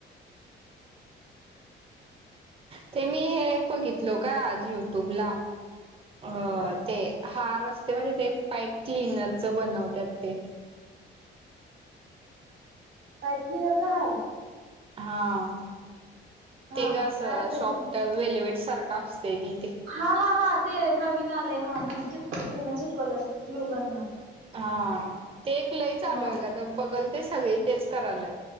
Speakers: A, on the right; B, on the right.
A: ते मी हे एक बघितलो का आज युट्यूब ला. अ ते हा रस्ते म्हधे ते पाईप क्लिनरच बनवत्यात ते.
B: पाथली हजार.
A: हा.
B: हा
A: ते का अस
B: काय त्यातून
A: शॉप्ट वेलवेट सारखं असते की.
B: हा हा हा ते नवीन आलंय हा म्हणजे चिटक चिटकवल्या ब्लूगन न.
A: हा. ते एक लय चालू
B: हा
A: आहे का तर बघल ते सगळे तेच करायल्यात.